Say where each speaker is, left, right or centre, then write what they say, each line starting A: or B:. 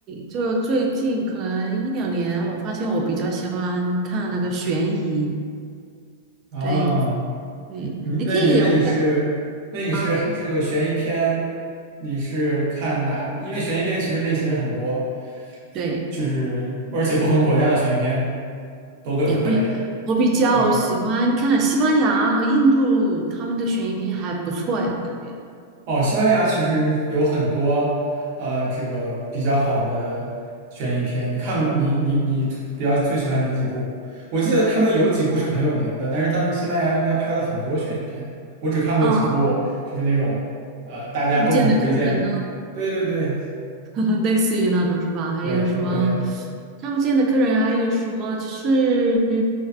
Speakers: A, on the right (about 35°); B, on the right (about 50°).
A: 就最近可能一两年，我发现我比较喜欢看那个悬疑，
B: 哦，
A: 对，对，
B: 你那你那你是那你是这个悬疑片，
A: 你可以，我感啊，
B: 你是看哪？因为悬疑片其实类型也很多，
A: 对。
B: 就是而且不同国家的悬疑片都各有特点。
A: 也不，我比较喜欢看西班牙和印度他们的悬疑片还不错哎，
B: 对，
A: 我感觉
B: 哦，西班牙其实有很多呃，这个比较好的悬疑片。你看过？你你你比较最喜欢哪几部？我记得他们有几部是很有名的，但是他们西班牙应该拍了很多悬疑片。我只看过几部，
A: 啊，
B: 就是那种呃大家都很推荐的。
A: 看不见的客人呢，
B: 对对对
A: <laughs> 类似于那种是吧？还有什么
B: 对对，
A: 看不见的客人，还有什么就是